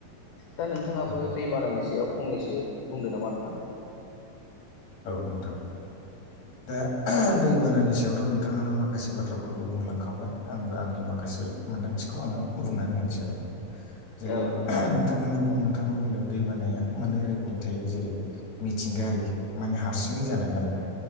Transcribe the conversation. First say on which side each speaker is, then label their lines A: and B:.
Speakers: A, on the left (about 70°); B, on the left (about 55°).
A: दा नोंथाङाबो
B: औ
A: दैबानानि सायाव फंनैसो बुंदों नामा नोंथां।
B: औ नोंथां
A: <unintelligible>
B: दा दैबानानि सायावथ' नोंथाङा माखासे बाथ्राफोरखौ बुंलांखाबाय आंबो आंनि माखासे मोन्दांथिखौ आङो बुंनानै होनोसै आरो जेरै
A: औ नोंथां
B: नोंथाङानो नोंथाङा बुंदों दैबानाया मोननै रोखोमनि थायो जेरै मिथिंगायारि माने हारसिङै जानाय आरो ना